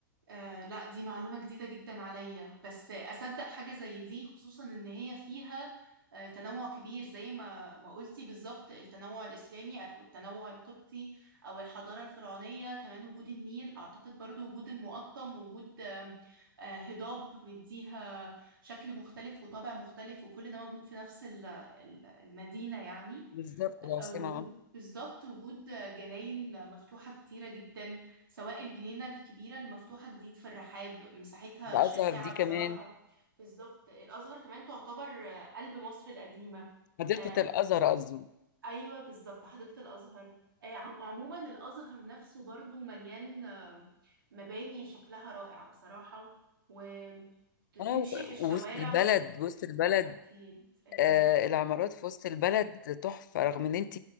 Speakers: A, on the right (about 80°); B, on the left (about 60°).
A: آه لا دي معلومة جديدة جدا عليا بس أصدق حاجة زي دي خصوصا إن هي فيها آه تنوع كبير زي ما ما قلتي بالظبط التنوع الإسلامي أو التنوع القبطي أو الحضارة الفرعونية كمان وجود النيل أعتقد برضو وجود المقطم وجود آه آه، هضاب مديها شكل مختلف وطابع مختلف وكل ده موجود في نفس ال- ال- المدينة يعني
B: بالظبط العاصمه
A: وجود
B: آه.
A: بالظبط وجود جناين مفتوحة كتيرة جدا سواء الجنينة الكبيرة اللي مفتوحة جديد في الرحاب مساحتها
B: الازهر
A: شاسعة
B: دي كمان
A: بصراحة بالظبط الأزهر كمان تعتبر قلب مصر القديمة
B: حديقه
A: آه
B: الازهر قصدي
A: أيوة بالظبط حديقة الأزهر آه عم- عموما الأزهر نفسه برضو مليان آه، مباني شكلها رائع بصراحة وتمشي
B: اه و-
A: في الشوارع
B: وسط البلد وسط البلد
A: أكيد أكيد
B: آه العمارات في وسط البلد تحفة رغم ان انت